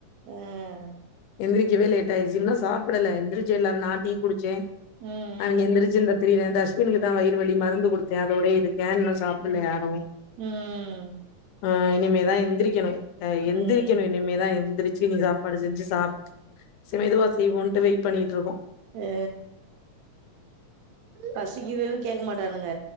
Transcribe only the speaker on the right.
அ
ம்
ம்
ம்
ம் ம்
அ பசிக்கிதுன் கேக் மாட்டானுங்க